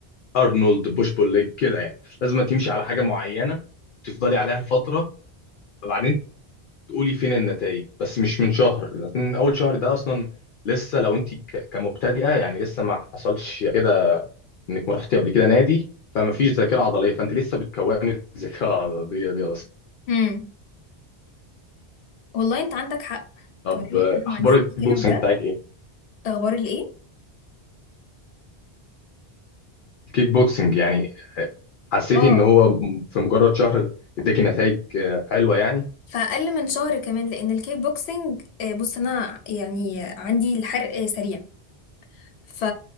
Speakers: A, on the left; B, on the left.
A: ارنولد بوش بول ليج كده يعني لازم تمشي على حاجه معينه تفضلي عليها فتره فبعدين تقولي فين النتائج بس مش من شهر لكن اول شهر ده اصلا لسه لو انت ك- كمبتدئه يعني لسه ما حصلش كده انك ما رحتي قبل كده نادي فما فيش ذاكره عضليه فانت لسه بتكوني <laughs> الذاكره العضليه دي اصلا
B: امم والله انت عندك حق
A: طب
B: تمام
A: آه،
B: انا
A: اخبار
B: ما عنديش
A: الكيك
B: مشكله
A: بوكسنج
B: في ده
A: بتاعك ايه
B: ده اخبار الايه
A: الكيك بوكسنج يعني حسيتي
B: اه
A: ان هو م- في مجرد شهر اداكي نتائج آه، حلوه يعني
B: فأقل من شهر كمان لأن الكيك بوكسينج آه، بص أنا يعني عندي الحرق سريع ف